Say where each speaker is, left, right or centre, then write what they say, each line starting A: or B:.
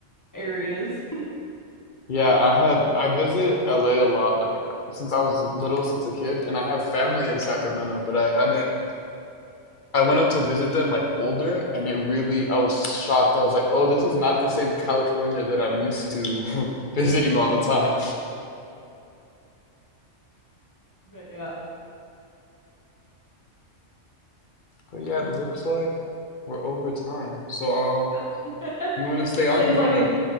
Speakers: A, on the left (about 15°); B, on the left (about 50°).
A: areas. <laughs>
B: Yeah, I had I visit LA a a lot, like since I was little, since a kid, and I have family in Sacramento, but I hadn't I went up to visit them like older, and it really I was shocked. I was like, "Oh, this is not the same California that I'm used to <laughs> visiting all the time."
A: But yeah.
B: But yeah, it looks like we're over time. So I'll,
A: Yep. <laughs>
B: you want to stay on?
A: Seems
B: Do you
A: like
B: want to
A: a,